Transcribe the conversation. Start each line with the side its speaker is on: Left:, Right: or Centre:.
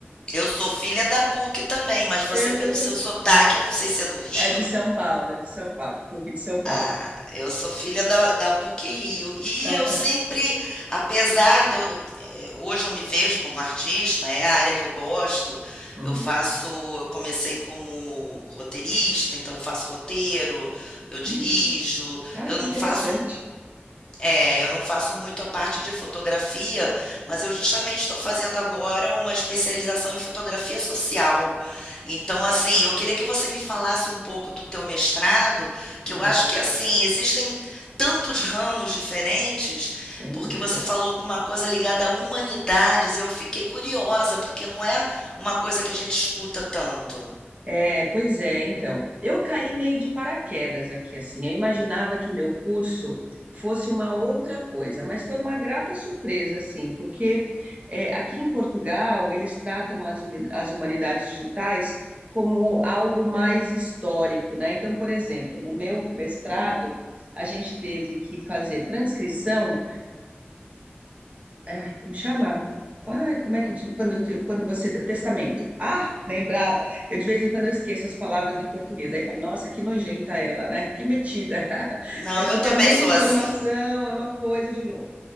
Left: Eu sou filha da PUC também, mas você,
Right: Eu
Left: pelo
Right: também.
Left: seu sotaque, eu não sei se é do Rio,
Right: É de São Paulo, é de São Paulo, PUC de São Paulo.
Left: Ah, eu sou filha da, da PUC Rio. E
Right: É.
Left: eu sempre, apesar de eu, eh, hoje eu me vejo como artista, é a área que eu gosto.
Right: Uhum.
Left: Eu faço, eu comecei como roteirista, então eu faço roteiro, eu
Right: Hum,
Left: dirijo.
Right: Ah,
Left: Eu
Right: que
Left: não
Right: interessante.
Left: faço é, eu não faço muito a parte de fotografia, mas eu justamente estou fazendo agora uma especialização em fotografia social. Então, assim, eu queria que você me falasse um pouco do teu mestrado, que
Right: Uhum,
Left: eu acho que assim, existem tantos ramos diferentes,
Right: sem
Left: porque
Right: dúvida.
Left: você falou alguma coisa ligada a humanidades, eu fiquei curiosa, porque não é uma coisa que a gente escuta tanto.
Right: É, pois é, então. Eu caí meio de paraquedas aqui, assim. Eu imaginava que meu curso fosse uma outra coisa, mas foi uma grata surpresa, assim, porque é, aqui em Portugal eles tratam as, humi- as humanidades digitais como algo mais histórico, né? Então, por exemplo, no meu mestrado, a gente teve que fazer transcrição Ai, como chama? Ai, como é que. di- Quando, quando você. Testamento. Ah, lembrava. Eu, de vez em quando, eu esqueço as palavras em português. Aí falo, nossa, que nojenta ela, né? Que metida. <laughs>
Left: Não,
Right: É porque
Left: eu também
Right: é muita
Left: sou
Right: informação,
Left: assim.
Right: é uma coisa de louco.